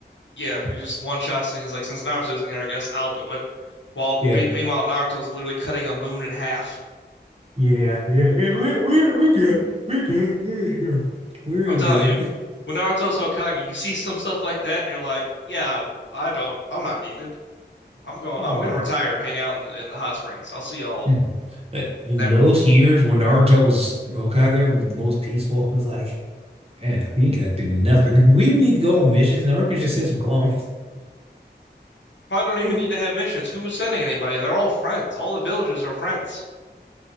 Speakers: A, on the left; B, on the right.
A: Yeah, he just one shots and he's like, "Since Naruto's in here, I guess I'll do it." While
B: Yeah,
A: be meanwhile, Naruto's literally cutting a moon in half.
B: yeah, yeah, yeah. We're we're we good. We're good. We're good. <laughs> We're
A: I'm telling
B: good.
A: you, when Naruto's Hokage, you see some stuff like that, and you're like, "Yeah, I don't. I'm not needed. I'm going.
B: All
A: I'm going to
B: right.
A: retire and hang out in the, in the hot springs. I'll see y'all
B: Mhm. I I mean,
A: never.
B: those years when Naruto was Hokage was the most peaceful. <laughs> It's like, man, we ain't got to do nothing. Like, do we even need to go on missions? Naruto could just send some clones. <laughs>
A: Probably don't even
B: Or,
A: need to have missions. Who was sending anybody? They're all friends. All the villagers are friends.